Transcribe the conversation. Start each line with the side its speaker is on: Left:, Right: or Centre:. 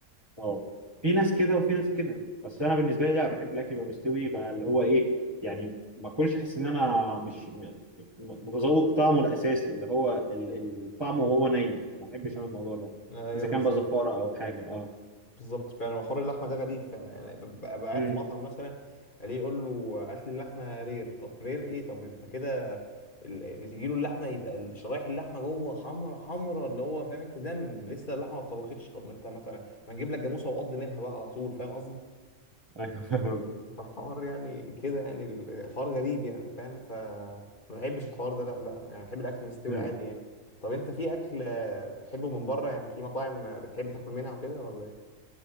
Right: اه في ناس كده وفي ناس كده بس انا بالنسبه لي لا بحب الاكل يبقى مستوي يبقى اللي هو ايه يعني ما اكلش احس ان انا مش م- م- متذوق طعمه الاساسي اللي هو ال- ال- طعمه وهو ني ما بحبش انا الموضوع ده
Left: ايوه
Right: اذا كان
Left: بالظبط
Right: بقى زفاره او حاجه اه
Left: بالظبط فعلا وحوار اللحمه ده غريب فعلا يعني ببقى ببقى قاعد
Right: امم
Left: في مطعم مثلا الاقيه يقول له هات لي اللحمه رير طب رير ايه طب انت كده ال- اللي تجي له اللحمه يبقى شرايح اللحمه جوه حمرا حمرا اللي هو فاهم انت دم لسه اللحمه ما اتطبختش طب ما انت ما ت- ما نجيب لك جاموسه وعض منها بقى على طول فاهم قصدي
Right: ايوه فاهم
Left: <laughs> فالحوار يعني كده يعني الحوار غريب يعني فاهم ف ما بحبش الحوار ده لا لا يعني بحب الاكل مستوي
Right: أمم.
Left: عادي يعني طب انت في اكل آه، بتحبه من بره يعني في مطاعم آه، بتحب تاكل منها وكده ولا ايه؟